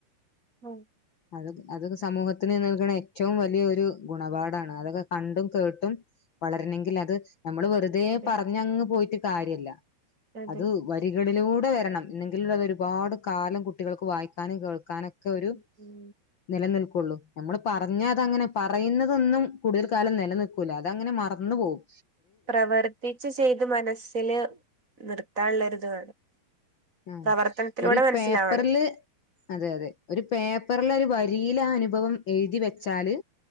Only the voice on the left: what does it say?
അത് അതൊക്കെ സമൂഹത്തിന് നൽകണെ ഏറ്റവും വലിയ ഒരു ഗുണപാടാണ് അതൊക്കെ കണ്ടും കേട്ടും. വളരണങ്കിലത് ഞമ്മള് വെറുതെ
പറഞ്ഞങ്ങ് പോയ്റ്റ് കാര്യല്ല
അത്. വരികളിലൂടെ വെരണം എന്നെങ്കിലുള്ളത് ഒരുപാട് കാലം കുട്ടികൾക്ക് വായിക്കാനും കേൾക്കാനും ക്കൊരു
ന്നിലനിൽക്കൊള്ളൂ ഞമ്മള് പറഞ്ഞതങ്ങനെ- പറയുന്നതൊന്നും കൂടുതൽ കാലം നിലനിൽക്കൂല അതങ്ങനെ മറന്ന് പോകും.
ഉം
ഒരു
പേപ്പർല്- അതെ അതെ ഒരു പേപ്പർല് ഒരു വരിയില് ആ അനുഭവം എഴുതി വെച്ചാല്.